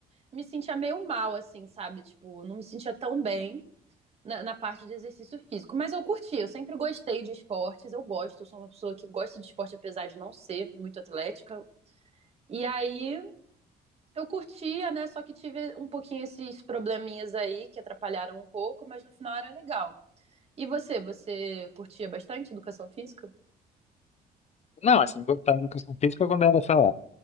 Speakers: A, on the right; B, on the left.
A: me sentia meio mal assim, sabe? Tipo, não me sentia tão bem. na, na parte de exercício físico. Mas eu curti, eu sempre gostei de esportes, eu gosto, eu sou uma pessoa que gosta de esporte, apesar de não ser muito atlética. E aí eu curtia, né? Só que tive um pouquinho esses probleminhas aí que atrapalharam um pouco, mas no final era legal. E você, você curtia bastante educação física?
B: Não, assim, gostava de educação física quando era, sei lá,